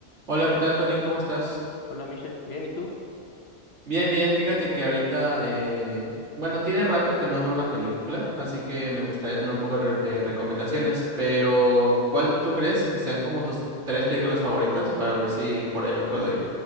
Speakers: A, on the right (about 65°); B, on the left (about 55°).
A: Hola, ¿qué tal, Torín? ¿Cómo estás?
B: Hola Michelle, bien, ¿y tú?
A: Bien, bien. Fíjate que ahorita, eh, bueno, tiene rato que no veo una película, así que me gustaría tener un poco re- de recomendaciones, pero ¿cuál tú crees que sean como tus tres películas favoritas para ver si por ahí me puedo ir?